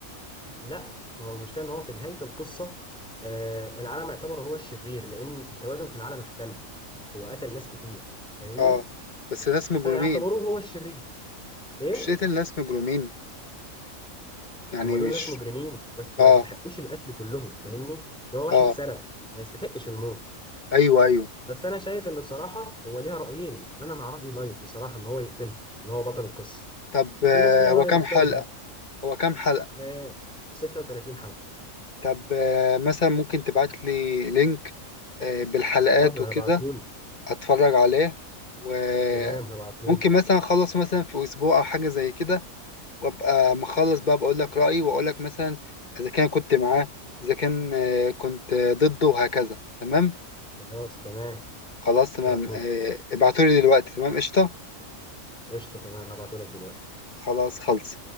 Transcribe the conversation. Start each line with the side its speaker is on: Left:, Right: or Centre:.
Centre: لا ما هو المشكلة إن هو في نهاية القصة آه العالم يعتبر هو الشرير لأن التوازن في العالم اختل هو قتل ناس كتير فاهمني
Left: اه بس ناس مجرمين
Centre: فاعتبروه هو الشرير إيه
Left: مش قتل ناس مجرمين يعني
Centre: هم دول
Left: مش
Centre: ناس مجرمين بس
Left: اه
Centre: ما يستحقوش القتل كلهم فاهمني اللي هو واحد
Left: اه
Centre: سرق ما يستحقش الموت
Left: ايوه ايوه
Centre: بس انا شايف ان بصراحه هو ليها رايين انا مع راي لايت بصراحه ان هو يقتله اللي هو بطل القصه
Left: طب آه
Centre: في ناس ليها
Left: هو
Centre: راي
Left: كام
Centre: مختلف
Left: حلقة
Centre: بقى
Left: هو كام حلقة
Centre: آه 36 حلقه
Left: طب آه مثلا ممكن تبعت لي لينك آه بالحلقات
Centre: حاضر
Left: وكده
Centre: هبعتهولي
Left: هتفرج عليه وممكن
Centre: تمام هبعتهولي
Left: مثلا اخلص مثلا في اسبوع او حاجه زي كده وابقى مخلص بقى بقول لك رايي واقول لك مثلا اذا كان كنت معاه اذا كان آه، كنت آه، ضده وهكذا تمام
Centre: خلاص تمام
Left: خلاص تمام
Centre: هبعتهولي
Left: آه، ابعتولي دلوقتي تمام قشطه
Centre: قشطه تمام هبعتهولك دلوقتي
Left: خلاص خلص